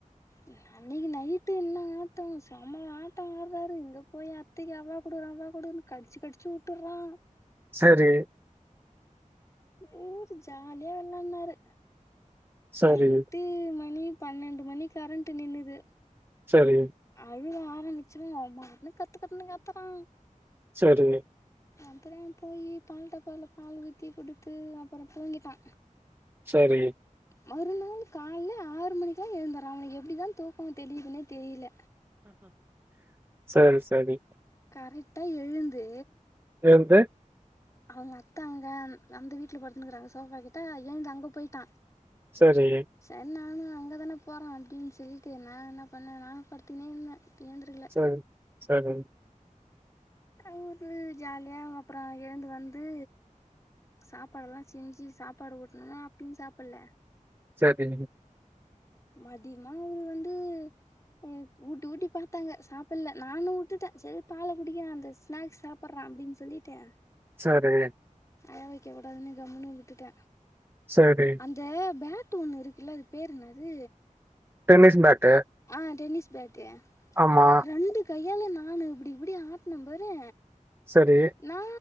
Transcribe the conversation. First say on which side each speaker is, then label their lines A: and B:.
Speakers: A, on the left (about 25°); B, on the right (about 15°).
A: ம் அன்னைக்கு நைட்டு என்ன ஆட்டோ சம்ம ஆட்டோ ஆடுறாரு இங்க போய் அத்தைக்கு அவ்வா குடுற அவ்வா குடுன் கடிச்சு கடிச்சு உட்டறா
B: செரி
A: ம் ஜாலியா வெள்ளான்னாரு
B: சரி,
A: நைட்டு மணி பன்னெண்டு மணி கரண்ட்டு நின்னுது
B: சேரி
A: அழுவ ஆரம்பிச்சோனே அவ பாட்னு கத்து கத்துனு கத்தறா
B: சேரி
A: அப்பறோ போயி பால் டப்பாவுல ஊத்தி பால் ஊற்றி கொடுத்து அப்றோ தூங்கிட்டா
B: சேரி
A: மறுநாள் காலையில ஆறு மணிக்லா எழுந்தறா அவனுக்கு எப்டி தா தூக்கோ தெளிதுன்னே தெரியல
B: சேரி சேரி
A: கரெக்ட்டா எழுந்து
B: ஏந்து
A: அவுங்க அத்தா அங்க அந்த வீட்ல படுத்துனுக்குறாங்க சோபா கிட்ட ஏழுந்து அங்க போயிட்டா
B: சேரி
A: சேரி நானு அங்கதான போறா அப்டின்னு சொல்லிட்டு நா என்ன பண்ண நானு படுத்துனே இருந்த ஏந்திருக்கல
B: சேரி சேரி
A: <unintelligible> ஜாலியா அப்றோ எழுந்து வந்து சாப்பாடு எல்லா செஞ்சு சாப்பாடு ஊட்னனா அப்பியு சாப்பட்ல
B: சேரி
A: மதியமா அவுங்க வந்து உ ஊட்டி ஊட்டி பாத்தாங்க சாப்பட்ல நானு உட்டுட்ட சேரி பால குடிக்கற அந்த ஸ்நாக்ஸ் சாப் பட்றா அப்டினா சொல்லிட்டு
B: சேரி
A: அழ வைக்க கூடாதுனு கம்முனு உட்டுட்ட
B: சேரி
A: இந்த பேட்டு ஒன்னு இருக்குல அது பேரு என்னாது
B: டென்னிஸ் பேட்டு
A: ஆ டென்னிஸ் பேட்டு
B: ஆமா
A: ரெண்டு கையால நானு இப்டி இப்டி ஆட்ன பாரு
B: சரி,
A: நா